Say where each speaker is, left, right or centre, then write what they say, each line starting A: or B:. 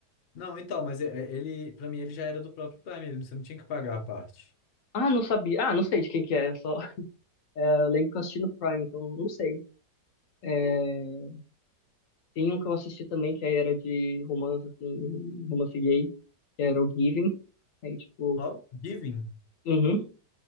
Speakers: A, on the left; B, on the left.
A: Não, então, mas é- é- ele, pra mim, ele já era do próprio Prime, ele- você não tinha que pagar a parte.
B: Ah, não sabia. Ah, não sei de quem que é, só. É, Eu lembro que eu assisti no Prime, então não sei. É, Tem um que eu assisti também que aí era de romance, assim, romance gay, que era o Giving. Aí, tipo,
A: Ó, Giving.
B: uhum.